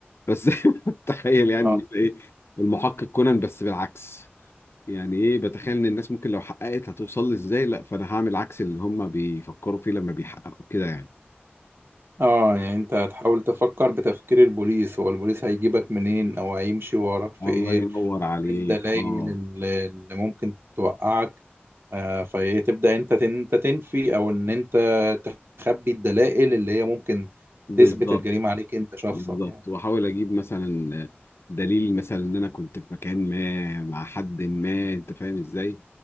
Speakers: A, on the left; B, on the right.
A: بس <laughs> تخيل يعني
B: اه.
A: يبقى ايه المحقق كونان بس بالعكس يعني ايه بتخيل ان الناس ممكن لو حققت هتوصل لي ازاي لا فانا هعمل عكس اللي هم بيفكروا فيه لما بيحققوا كده يعني
B: اه يعني انت هتحاول تفكر بتفكير البوليس هو البوليس هيجيبك منين او هيمشي وراك في
A: الله
B: ايه
A: ينور عليك
B: او ايه الدلائل
A: اه
B: اللي اللي ممكن توقعك آه فتبدأ انت تن- انت تنفي او ان انت تخبي الدلائل اللي هي ممكن
A: بالظبط
B: تثبت الجريمة عليك انت شخصك
A: بالظبط
B: يعني
A: واحاول اجيب مثلا دليل مثلا ان انا كنت في مكان ما مع حد ما انت فاهم ازاي